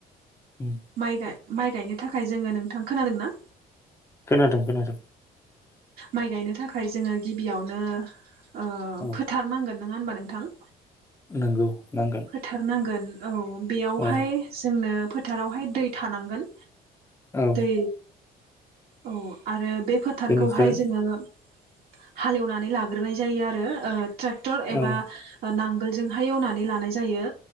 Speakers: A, on the left; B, on the right.
A: उम
B: माइ गाय माइ गायनो थाखाय जोङो नोंथां खोनादों ना?
A: खोनादों खोनादों।
B: माइ गायनो थाखाय जोङो गिबियावनो ओ
A: औ
B: फोथार नांगोन। नङा होनबा नोंथां?
A: नंगौ नांगोन।
B: फोथार नांगोन औ। बेयावहाय
A: औ
B: जोंनो फोथारावहाय दै थानांगोन।
A: औ
B: दै औ आरो बे फोथारखौहाय
A: बेनिफ्राय
B: जोङो हालेवनानै लाग्रोनाय जायो आरो ओ ट्रेक्टर एबा
A: औ
B: ओं नां गोलजोंहाय एवनानै लानाय जायो।